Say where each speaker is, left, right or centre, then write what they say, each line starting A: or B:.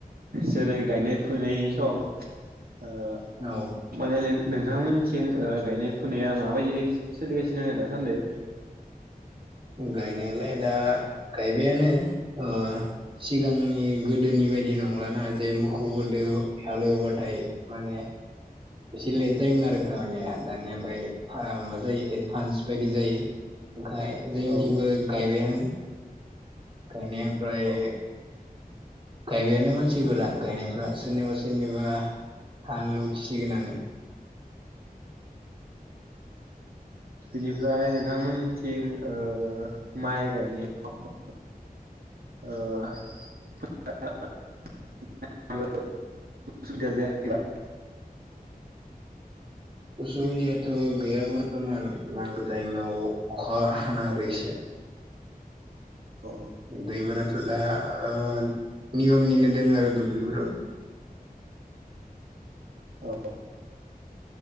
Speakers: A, on the right; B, on the right.
A: जेरै गायनाय फुनायनि सम, ओ
B: औ
A: माने नोंथांमोननिथिं गायनाय फुनाया माबायदि सोलिगासिनो दङो दासान्दि?
B: <inaudible> गायनायालाय दा गायबायानो ओ सिगांनि गोदोनि बेबायदि नंलाना, जे मोखौफोदो हालेवोबाथाय माने एसे लेट जायोमोन आरो गामानिया दानिया ओमफ्राय माबा जायो एडभान्स बायदि जायो ओंखाय जोंनि
A: औ
B: थेवबो गायबायानो गायनाया प्राय
A: औ
B: गायबायानो मानसिफोरा गायनायफोरा सोरनिबा सोरनिबा हाल उथिसिगोनानो
A: बिनिफ्राय नोंथांमोननिथिं ओ माइ गायनायाव ओ <inaudible> <inaudible> उसुबिदा जायाखैबा <inaudible>
B: उसुबिदायाथ' गैया बरथमान नांगौ टाइमाव अखा हाना होदो एसे
A: अ
B: दैफोराथ' दा ओ नियमनिनो दं आरो दुब्लिफोराव
A: ओ